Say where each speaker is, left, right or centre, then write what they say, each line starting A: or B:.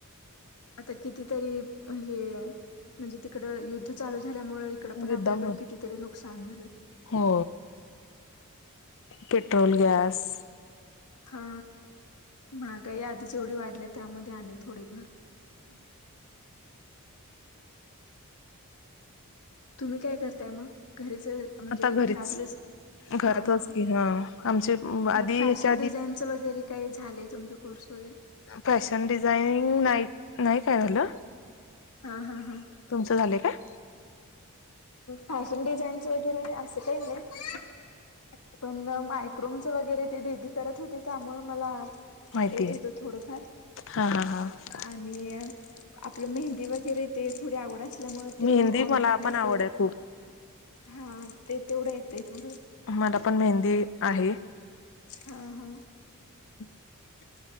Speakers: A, on the left (about 90°); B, on the left (about 60°).
A: आता कितीतरी हे म्हणजे तिकड युद्ध चालू झाल्यामुळे इकड पण
B: युद्धामुळे
A: आपल्याकडे कितीतरी नुकसान झाले
B: हो पेट्रोल गॅस
A: हा महागाई आधीच एवढी वाढल्या त्यामध्ये आणि थोडी भर तुम्ही काय करताय मग घरीच म्हणजे
B: आता
A: घरातलंच
B: घरीच घरातच
A: हा हा
B: की आमचे आधी
A: मग फॅशन
B: ह्याच्या आधी
A: डिझाईनच वगैरे काही झालं तुमचा कोर्स <unintelligible>
B: फॅशन डिझाईनिंग नाही नाही काय झालं
A: हा हा हा
B: तुमचं झालंय काय
A: फॅशन डिझाईन्स वगैरे असं काही नाही पण मायक्रोमच वगैरे ते दिदी करत होते त्यामुळे मला
B: माहितीय
A: येत होत थोडंफार
B: हा हा हा
A: आणि आपलं मेहंदी वगैरे ते थोडी आवड असल्यामुळे ते
B: मेहंदी
A: ऑनलाईनच
B: मला पण आवड आहे खूप
A: हा ते तेवढं येतंय थोडं
B: मला पण मेहंदी आहे
A: हा हा
B: <inaudible>